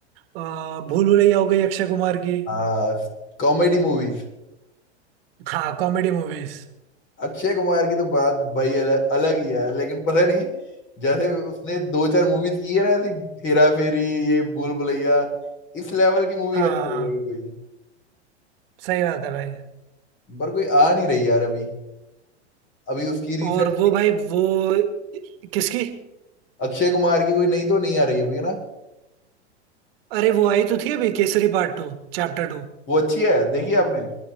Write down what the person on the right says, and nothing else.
अ, भूल भुलैया हो गई अक्षय कुमार की
हाँ कॉमेडी मूवीज
हाँ
हाँ
सही बात है भाई
और वो भाई वो किसकी
अरे वो आई तो थी अभी Kesari part two chapter two